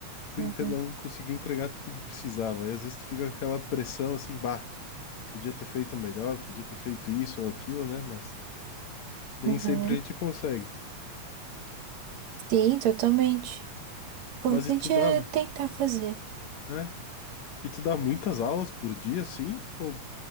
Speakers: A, on the left; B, on the right.
A: tu
B: Uhum.
A: inte- não conseguiu entregar tudo que precisava. E às vezes tu fica com aquela pressão, assim, bah, podia ter feito melhor, podia ter feito isso ou aquilo, né? Mas nem
B: Uhum.
A: sempre a gente consegue.
B: Sim, totalmente. O
A: Mas
B: importante
A: e tu dá,
B: é tentar fazer.
A: né? E tu dá muitas aulas por dia, sim? Ou,